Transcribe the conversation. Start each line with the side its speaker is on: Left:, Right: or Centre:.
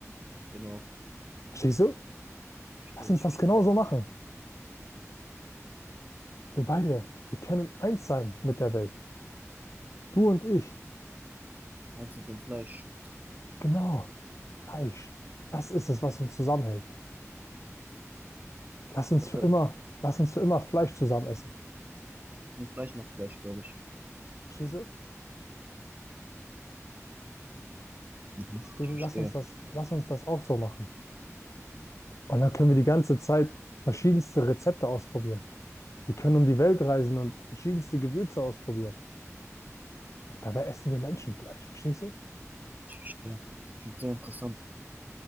Right: genau,
Left: Verstehst du?
Right: ich verstehe,
Left: Lass uns
Right: ich
Left: das
Right: verstehe.
Left: genauso machen. Wir beide, wir können eins sein mit der Welt. Du und ich.
Right: Eins mit dem Fleisch.
Left: Genau. Fleisch. Das ist es, was uns zusammenhält. Lass uns
Right: Ich habe
Left: für immer,
Right: gehört,
Left: lass uns für immer Fleisch zusammen essen.
Right: nur Fleisch macht Fleisch, glaube ich.
Left: Verstehst du?
Right: Mhm,
Left: Deswegen
Right: ich verstehe,
Left: lass uns das, lass uns das auch so machen. Und dann können wir die ganze Zeit verschiedenste Rezepte ausprobieren. Wir können um die Welt reisen und verschiedenste Gewürze ausprobieren. Und dabei essen wir Menschenfleisch, verstehst du?
Right: ich verstehe. Das klingt sehr interessant.